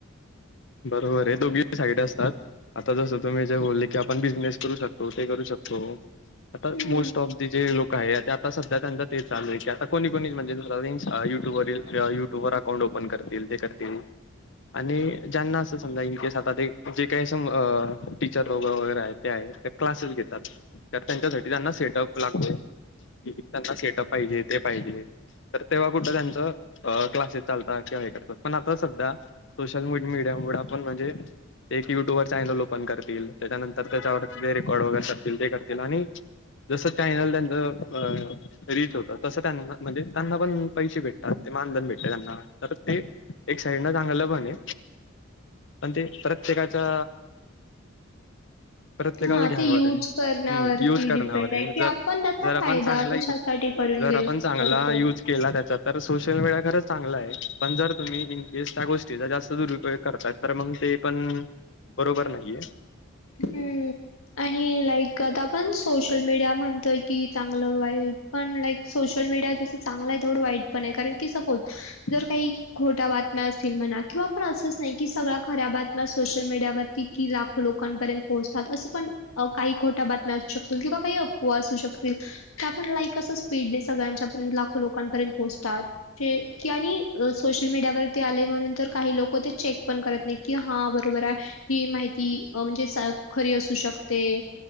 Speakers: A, on the left; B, on the left.
A: बरोबर हे, दोघी साईड असतात. आता जसं तुम्ही जे बोलले की आपण बिझनेस करू शकतो ते करू शकतो, आता
B: हम्म
A: मोस्ट ऑफ जे लोक आहे ते आता सध्या त्यांचा ते चालू आहे की आता कोणी, कोणी म्हणजे जस रेंज युट्यूबवरील युट्यूबर अकाउंट ओपन करतील ते करतील, आणि ज्यांना असं समजा इनकेस आता ते जे काही असं म टीचर लोक वगैरे आहे ते आहे ते क्लासेस घेतात. तर त्यांच्यासाठी त्यांना सेटअप लागतोय कि त्यांना सेटअप पाहिजे ते पाहिजे. तर तेव्हा कुठं त्यांच अ क्लासेस चालतात किंवा हे करतात पण आता सध्या सोशल मीड मीडियामुड आपण म्हणजे एक युट्यूब वर चॅनल ओपन करतील त्याच्यानंतर त्याच्यावरती जे रेकॉर्ड वगैरे करतील ते करतील आणि जसं चॅनल त्यांचं अ रीत होत तसं त्यांना म्हणजे त्यांना पण पैसे भेटतात ते मानधन भेटत त्यांना तर ते एक साईड ना चांगलं पण हे. पण ते प्रत्येकाच्या प्रत्येकाला
B: हा
A: घ्यावर
B: ते यूज
A: आहे,
B: करण्यावरती
A: हम्म युज करण्यावर
B: डिपेंड
A: आहे
B: की
A: जर,
B: आपण त्याचा
A: जर आपण
B: फायदा
A: चांगला
B: कशासाठी
A: युज
B: करून
A: जर
B: घे
A: आपण चांगला
B: करतो
A: यूज केला त्याचा तर सोशल मीडिया खरच चांगला आहे, पण जर तुम्ही इनकेस त्या गोष्टीचा जास्त दरूप योग करताय तर मंग ते पण बरोबर नाहीये.
B: हम्म आणि लाईक आता पण सोशल मीडिया म्हणतोय की चांगलं वाईट पण लाईक सोशल मीडिया जस चांगलं आहे तेवढं वाईट पण आहे कारण की सपोज जर काही खोट्या बातम्या असतील म्हणा किंवा पण असंच नाही की सगळ्या खऱ्या बातम्या सोशल मीडियावरती कि लाखो लोक कानपर्यंत पोहोचतात असं पण अ काही खोट्या बातम्या असू शकतील किंवा काही अफ़वा असू शकतील. त्या पण लाईक अस स्पीडने सगळ्यांच्या पर्यंत लाखो लोकांपर्यंत पोहोचतात. ते की आणि सोशल मीडियावरती आले म्हणून तर काही लोक ते चेक पण करत नाही. कि हा बरोबर आहे ही माहिती अ म्हणजे सार खरी असू शकते.